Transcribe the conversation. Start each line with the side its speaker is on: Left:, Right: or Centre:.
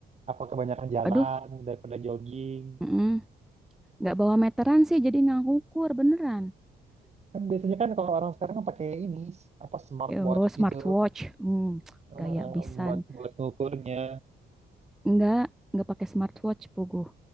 Right: Apa kebanyakan jalan
Centre: aduh,
Right: daripada jogging?
Centre: mm-mm. nggak bawa meteran sih, jadi nggak ngukur beneran.
Right: Kan biasanya kan kalau orang sekarang kan pakai ini apa smartwatch
Centre: Eh, Oh, smartwatch.
Right: gitu
Centre: Hmm,
Right: eh,
Centre: gaya bisan.
Right: buat buat ngukurnya.
Centre: Enggak, enggak pakai smartwatch, Pugu.